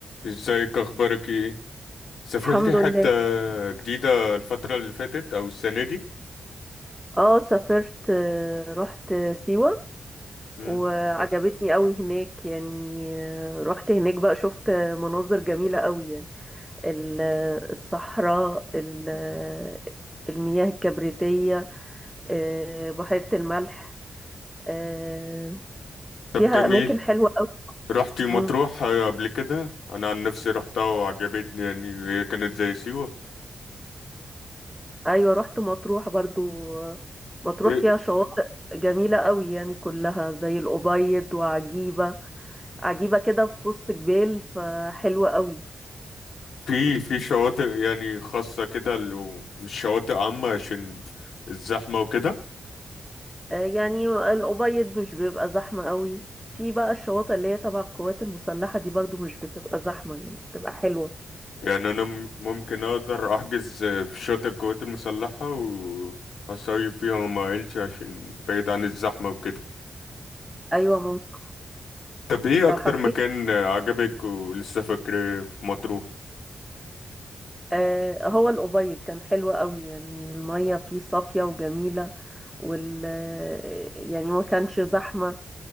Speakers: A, on the left (about 80°); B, in the centre.
A: ازيك اخبارك ايه سافرتي
B: الحمد
A: حتة
B: لله
A: جديدة الفترة اللي فاتت او السنة دي
B: اه سافرت آه، رحت سيوة
A: مم.
B: وعجبتني قوي هناك يعني آه، رحت هناك بقى شفت مناظر جميلة قوي يعني ال- الصحراء ال- المياه الكبريتية آه، بحيرة الملح آه، فيها
A: طب جميل
B: أماكن حلوة قوي
A: رحتي مطروح
B: مم.
A: قبل كده انا عن نفسي رحتها وعجبتني يعني هي كانت زي سيوة
B: أيوة رحت مطروح برضو آه، مطروح
A: إيه،
B: فيها شواطئ جميلة قوي يعني كلها زي الأبيض وعجيبة عجيبة كده في وسط جبال فحلوة قوي
A: في في شواطئ يعني خاصة كده لو مش شواطئ عامة عشان الزحمة وكده
B: آه، يعني الأبيض مش بيبقى زحمة قوي في بقى الشواطئ اللي هي تبع القوات المسلحة دي برضو مش بتبقى زحمة يعني بتبقى حلوة
A: يعني انا م- ممكن اقدر احجز في شاطئ القوات المسلحة وهصيف فيها مع عيلتي عشان بعيد عن الزحمة وكده
B: أيوة ممكن
A: طب ايه
B: لو
A: اكتر
B: حبيت
A: مكان عجبك ولسه فاكره في مطروح
B: آه، هو الأبيض كان حلو قوي يعني المية فيه صافية وجميلة وال آه، يعني ما كانش زحمة